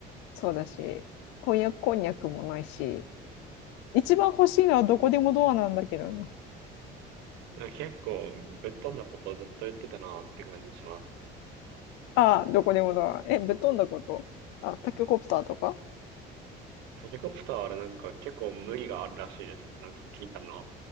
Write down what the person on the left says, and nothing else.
そうだし、婚約こんにゃくもないし、一番欲しいのはどこでもドアなんだけどね
ああ、どこでもドア。え、ぶっ飛んだことあ、タケコプターとか